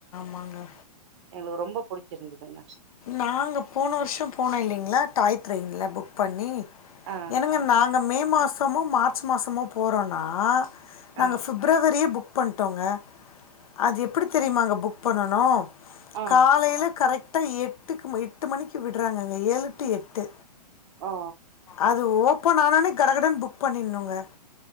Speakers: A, on the left; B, on the right.
A: மாங்க
B: எங்களுக்கு ரொம்ப புடிச்சிருந்ததுங்க
A: நாங்க போன வருஷோ போனோ இல்லைங்ளா டாய் ட்ரெய்ன்ல புக் பண்ணி
B: ஆ
A: எனங்க நா ங்க மே மாசமோ மார்ச் மாசமோ போறோனா நாங்க
B: ஆ
A: ஃபிப் ரவரியே புக் பண்ட்டோங்க அது எப்டி தெரியுமாங்க புக் பண்ணணு
B: ஆ
A: காலையில கரெக்டா எட்டுக்கு மு எட்டு மணிக்கு விட்றாங்கங்க ஏழு டு எட்டு
B: ஓ
A: அது ஓப்பன் ஆனனோ கட கடன் புக் பண்ணிர்னுங்க